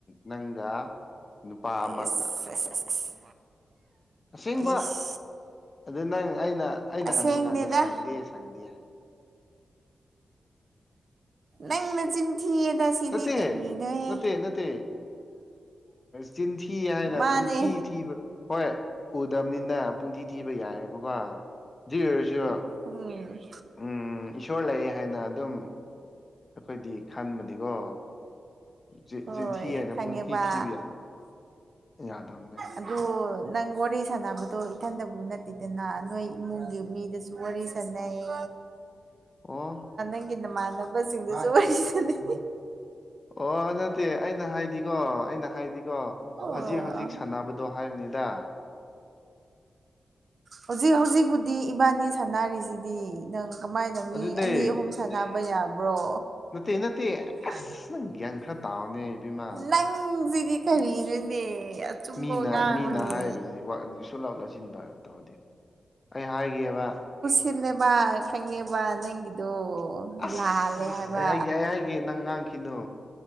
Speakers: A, on the left; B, on the right.
A: ꯅꯪꯒ ꯅꯨꯄꯥ
B: ꯑꯦꯁ
A: ꯑꯃꯒ
B: ꯑꯁ ꯑꯁ
A: ꯑꯁꯦꯡꯕ
B: ꯏꯁ
A: ꯑꯗꯨ ꯅꯪ ꯑꯩꯅ ꯑꯩꯅ
B: ꯑꯁꯦꯡꯗꯦꯗ
A: ꯍꯪꯕ ꯀꯥꯟꯗ ꯁꯪꯗꯦ ꯁꯪꯗꯦ ꯍꯥꯏ
B: ꯅꯪ
A: ꯏꯁ
B: ꯅꯆꯤꯟ ꯊꯤꯌꯦꯗ ꯁꯤꯗꯤ
A: ꯅꯠꯇꯦ
B: ꯀꯔꯤꯅꯣꯍꯦ
A: ꯅꯠꯇꯦ ꯅꯠꯇꯦ ꯆꯤꯟꯊꯤ ꯍꯥꯏꯅ
B: ꯃꯥꯅꯦ
A: ꯄꯨꯡꯊꯤ ꯊꯤꯕ ꯍꯣꯏ ꯎꯗꯕꯅꯤꯅ ꯄꯨꯡꯊꯤ ꯊꯤꯕ ꯌꯥꯏꯑꯕꯀꯣ ꯑꯗꯨ ꯑꯣꯏꯔꯁꯨ
B: ꯎꯝ
A: ꯎꯝ ꯏꯁꯣꯔ ꯂꯩꯑꯦ ꯍꯥꯏꯅ ꯑꯗꯨꯝ ꯑꯩꯈꯣꯏꯗꯤ ꯈꯟꯕꯅꯤꯀꯣ ꯆꯤꯟꯊꯤ
B: ꯍꯣꯏ
A: ꯍꯥꯏꯅ
B: ꯈꯪꯉꯦꯕ
A: ꯄꯨꯡꯊꯤ ꯊꯤꯕ ꯌꯥꯅꯤ ꯌꯥꯗꯕꯅꯦ
B: ꯑꯗꯨꯗ ꯅꯪ ꯋꯥꯔꯤ ꯁꯥꯟꯅꯕꯗꯣ ꯏꯊꯟꯗꯕꯨ ꯅꯠꯇꯦꯗꯅ ꯅꯣꯏ ꯏꯃꯨꯡꯒꯤ ꯃꯤꯗꯁꯨ ꯋꯔꯤ ꯁꯅꯩ
A: ꯑꯣ
B: ꯅꯪꯒꯤ ꯅꯃꯥꯟꯅꯕꯁꯤꯡꯗꯨꯁꯨ ꯋꯔꯤ ꯁꯅꯩ
A: ꯑꯣ ꯅꯠꯇꯦ ꯑꯩꯅ ꯍꯥꯏꯗꯤꯀꯣ ꯑꯩꯅ ꯍꯥꯏꯗꯤꯀꯣ
B: ꯑꯣ
A: ꯍꯧꯖꯤꯛ ꯍꯧꯖꯤꯛ ꯁꯥꯟꯅꯕꯗ ꯗꯣ ꯍꯥꯏꯕꯅꯤꯗ
B: ꯍꯧꯖꯤꯛ ꯍꯧꯖꯤꯛꯄꯨꯗꯤ ꯏꯕꯥꯅꯤ ꯁꯥꯟꯅꯔꯤꯁꯤꯗꯤ ꯅꯪ ꯀꯃꯥꯏꯅ ꯃꯤ
A: ꯑꯗꯨꯅꯦ
B: ꯑꯅꯤ ꯑꯍꯨꯝ ꯁꯥꯟꯅꯕ ꯌꯥꯕ꯭ꯔꯣ
A: ꯅꯠꯇꯦ ꯅꯠꯇꯦ
B: ꯑꯁ
A: ꯅꯪ ꯒ꯭ꯌꯥꯟ ꯈꯔ ꯇꯥꯎꯅꯦ ꯏꯕꯦꯝꯃ
B: ꯅꯪ ꯑꯪꯁꯤꯗꯤ ꯀꯔꯤꯅꯣꯅꯦ ꯑꯆꯨꯝꯕ
A: ꯃꯤꯅ
B: ꯉꯥꯡꯉꯣꯅꯦ
A: ꯃꯤꯅ ꯍꯥꯏꯔꯤꯕꯁꯤꯗꯤ ꯀꯨꯁꯨꯂꯥꯎ ꯂꯧꯁꯤꯟꯕ ꯇꯧꯗꯦ ꯑꯩ ꯍꯥꯏꯒꯦꯕ
B: ꯊꯤꯜꯂꯦꯕ ꯈꯪꯉꯦꯕ ꯅꯪꯒꯤꯗꯣ
A: ꯑꯁ
B: ꯂꯥꯜꯂꯦ ꯍꯥꯏꯕ
A: ꯑꯩ ꯍꯥꯏꯒꯦ ꯑꯩ ꯍꯥꯏꯒꯦ ꯅꯪ ꯉꯥꯡꯈꯤꯅꯣ